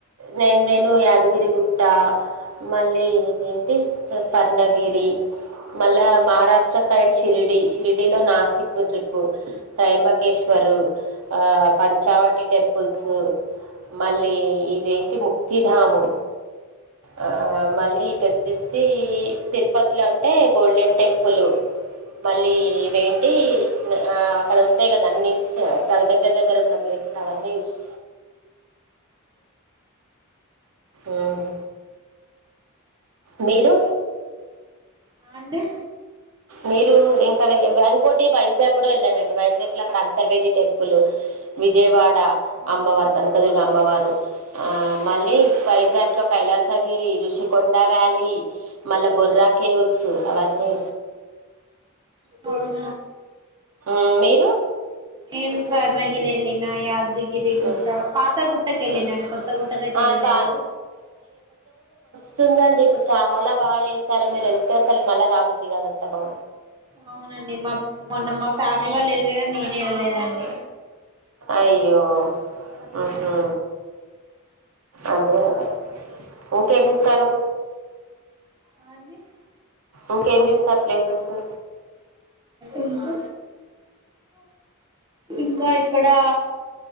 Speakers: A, on the right; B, on the right.
A: నేన్ నేను యాదగిరి గుట్టా మళ్ళీ ఇదేంటి స్వర్ణగిరి మళ్ళా మహారాష్ట్ర సైడ్ షిర్డీ షిర్డిలో నా సిక్కు ట్రిప్పు తయంబకేశ్వరు,
B: ఓకే
A: ఆ పంచావటి టెంపుల్సు మళ్ళీ ఇదేంటి ముక్తిధాము ఆ మళ్ళీ. టోచ్చేసి తిరుపతిలో అంటే గోల్డెన్ టెంపుల్ మళ్ళీ
B: ఓకే
A: వెన్ టి న్ ఆ అక్కడ ఉంటాయి కదా అన్ని ఇచ్ దగ్గర దగ్గర ఉన్న ప్లేసెస్ అవన్నీ చుస్ ఉమ్ మీరు
B: ఆ అండి
A: మీరు ఇంకా వెంకోటి వైజాగ్ కూడా వెళ్ళానండి వైజాగ్ లో అక్కడ అంతర్వేది టెంపుల్ విజయవాడ
B: అవునా
A: అమ్మవారు కనకదుర్గ అమ్మవారు ఆ మళ్ళీ వైజాగ్ లో కైలాసగిరి రఋషికొండ వ్యాలీ మళ్ళా బొర్రా కేవ్స్ అవన్నీ
B: పోన
A: అ మీరు
B: నేను స్వర్ణ గిర్ ఎల్లి నా యాద్ గిరి గుట్ట
A: ఉమ్,
B: పాత గుట్టక ఎళ్ళినాన్
A: ఉమ్.
B: కొత్త గుట్టకైతె
A: ఆ
B: ఎళ్ళలేదు
A: పా వస్తుందండి ఇప్పుడు చాలా బాగా చేశారు మీరు వెళ్తే అసలు మళ్ళా రాబద్ది కాదంతా బా
B: అవునండి మా మొన్న మా ఫ్యామిలీ వాళ్ ఎలర్ నేనె వెళ్ళలేదండి
A: అయ్యో ఉహు అదే అదే ఇంకేం చూసారు
B: ఆ అండి
A: ఇంకేం చూస్తారు ప్లాసెసు
B: ఇంక ఇంకా ఇక్కడా